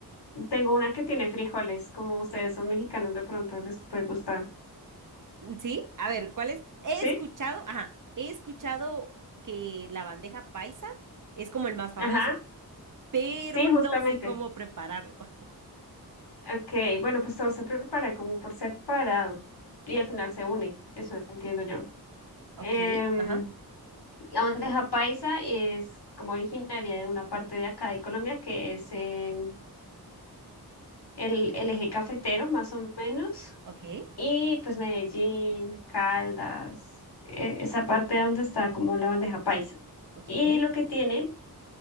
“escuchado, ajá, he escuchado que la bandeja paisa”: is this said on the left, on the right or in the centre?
Right